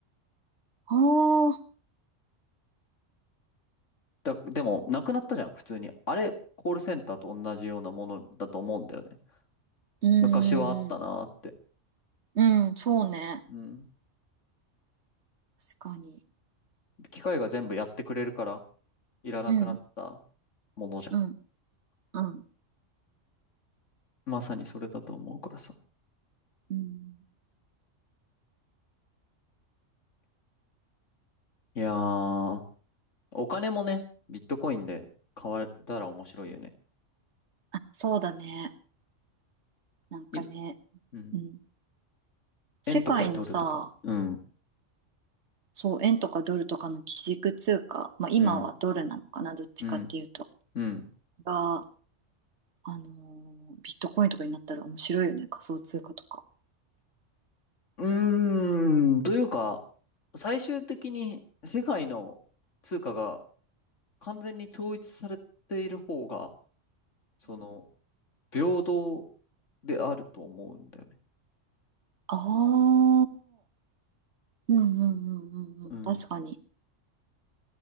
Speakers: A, on the right; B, on the left.
A: あ、う
B: だ、でも、なくなったじゃん、普通に。あれ、コールセンターと同じようなものだと思うんだよね。
A: ん。
B: 昔はあったなーって。
A: うん、そうね。
B: うん。
A: 確かに。
B: 機械が全部やってくれるから、いらなくなった
A: うん、
B: ものじゃん。
A: うん、うん、
B: まさにそれだと思うからさ。
A: うん。
B: いやー、お金もね、ビットコインで買われたら面白いよね。
A: あ、そうだね。なんかね、
B: い、うん。
A: うん。世界のさ、
B: 円とかドルとか。うん、
A: そう、円とかドルとかの基軸通貨、まあ今はドルなのかな、
B: うん、
A: どっちかっていうと。
B: うん、うん。
A: が、あのービットコインとかになったら面白いよね。仮想通貨とか。
B: うーん、というか、最終的に世界の通貨が完全に統一されている方が、その、平等であると思うんだよね。
A: ああ、うんうんうんうんうん。
B: うん
A: 確かに。